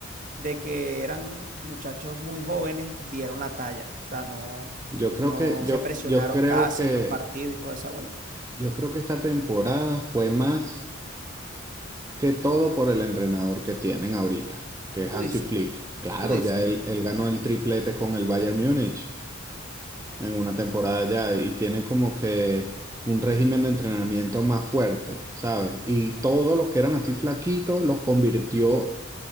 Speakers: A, on the right (about 40°); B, on the right (about 15°).
A: de que eran muchachos muy jóvenes, dieron la talla. O sea, no,
B: Yo creo
A: no
B: que, yo,
A: se presionaron
B: yo creo
A: casi
B: que,
A: en los partidos y toda esa vuelta.
B: yo creo que esta temporada fue más que todo por el entrenador que tienen ahorita, que es
A: Tú
B: Hansi
A: dices,
B: Flick. Claro,
A: tú dices,
B: ya él, él ganó el triplete con el Bayern Múnich en una temporada ya y tiene como que un régimen de entrenamiento más fuerte, ¿sabes? Y todos los que eran así flaquitos los convirtió